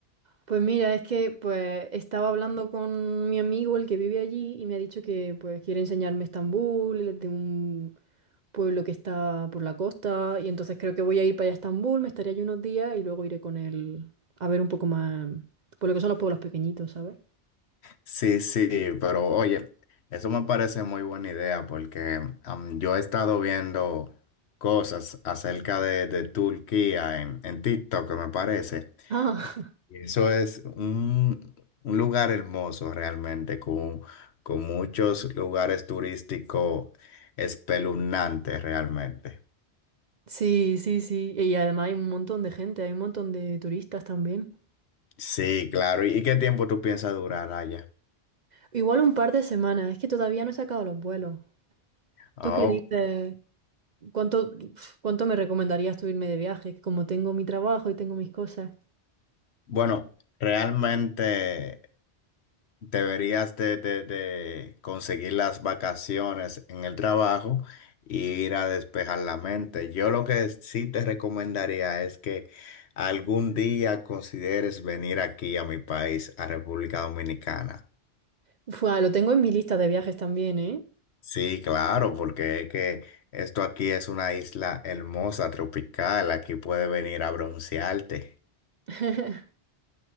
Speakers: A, on the right; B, on the left.
A: Pues mira, es que pues estaba hablando con mi amigo, el que vive allí, y me ha dicho que pues quiere enseñarme Estambul, de un pueblo que está por la costa, y entonces creo que voy a ir para allá a Estambul, me estaré allí unos días y luego iré con él a ver un poco más por lo que son los pueblos pequeñitos, ¿sabes?
B: Sí, sí, pero oye, eso me parece muy buena idea porque am, yo he estado viendo cosas acerca de, de Turquía en, en TikTok, me parece.
A: Ah,
B: Y
A: <laughs>
B: Eso es un, un lugar hermoso realmente, con, con muchos lugares turísticos espeluznantes realmente.
A: sí, sí, sí. Y además hay un montón de gente, hay un montón de turistas también.
B: Sí, claro. ¿Y y qué tiempo tú piensas durar allá?
A: Igual un par de semanas, es que todavía no he sacado los vuelos.
B: Oh,
A: ¿Tú qué dices? ¿Cuánto, uf, cuánto me recomendarías tú irme de viaje? Como tengo mi trabajo y tengo mis cosas.
B: bueno, realmente. Deberías de, de- de conseguir las vacaciones en el trabajo y ir a despejar la mente. Yo lo que sí te recomendaría es que algún día consideres venir aquí a mi país, a República Dominicana.
A: Uf, ah, lo tengo en mi lista de viajes también, ¿eh?
B: Sí, claro, porque es que esto aquí es una isla hermosa, tropical. Aquí puedes venir a broncearte.
A: <laughs>